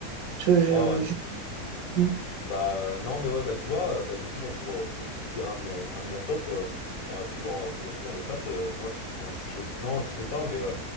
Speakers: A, on the right; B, on the left.
A: Je, je,
B: Ouais, ouais.
A: je- Mm,
B: Bah euh, non mais ouais bah tu vois euh, bah du coup moi pour, euh, pour te citer un de mon un de mon top euh, et euh, toujours euh, pour rester dans les pâtes euh, moi je enfin je sais- non je sais pas mais euh,